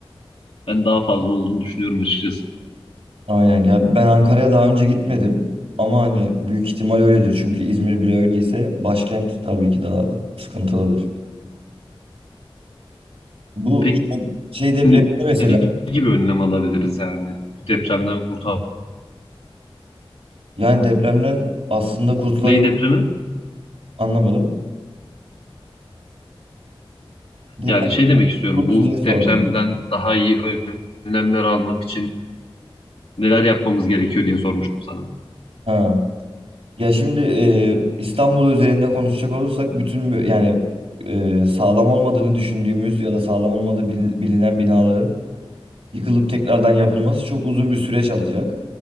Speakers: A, on the left (about 80°); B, on the right (about 85°).
A: ben daha fazla olduğunu düşünüyorum açıkçası.
B: Aynen ya ben Ankara'ya daha önce gitmedim ama hani büyük ihtimal öyledir. Çünkü İzmir bile öyleyse başkent tabii ki daha sıkıntılıdır. Bu
A: Peki
B: şey şey depremde
A: ne
B: mesela
A: gibi önlem alabiliriz yani bu depremden kurtar.
B: yani depremden aslında kurtulabilir
A: Ney depremi?
B: anlamadım. Deprem
A: Yani şey demek istiyorum
B: kurtulur
A: bu
B: diye sordum.
A: depremden daha iyi önlemler almak için neler yapmamız gerekiyor diye sormuştum sana.
B: Ha. Ya şimdi e, İstanbul özelinde konuşacak olursak bütün bu- yani e, sağlam olmadığını düşündüğümüz ya da sağlam olmadığı bil- bilinen binaların yıkılıp tekrardan yapılması çok uzun bir süreç alacak.